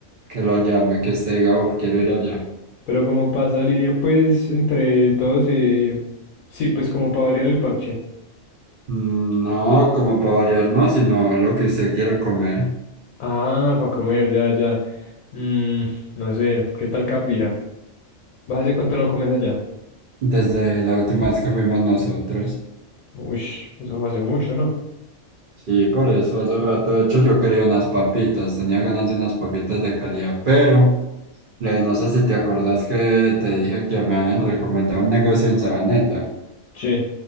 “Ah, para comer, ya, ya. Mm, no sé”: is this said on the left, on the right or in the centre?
Left